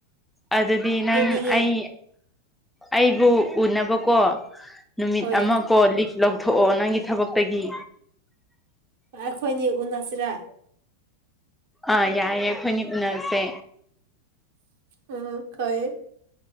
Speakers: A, in the centre; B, on the right (about 50°).
A: ꯑꯗꯨꯗꯤ ꯅꯪ
B: ꯌꯦꯡꯅꯤꯡꯉꯦ
A: ꯑꯩ ꯑꯩꯕꯨ ꯎꯅꯕꯀꯣ ꯅꯨꯃꯤꯠ
B: ꯍꯣꯏ
A: ꯑꯃ ꯀꯣ ꯂꯤꯐ ꯂꯧꯊꯣꯛꯑꯣ ꯅꯪꯒꯤ ꯊꯥꯕꯛꯇꯒꯤ
B: ꯑꯩꯈꯣꯏꯅꯤ ꯎꯅꯁꯤꯔꯥ
A: ꯑꯥ ꯌꯥꯏꯌꯦ ꯑꯩꯈꯣꯏꯅꯤ ꯎꯅꯔꯁꯦ
B: ꯎꯝ ꯈꯣꯏ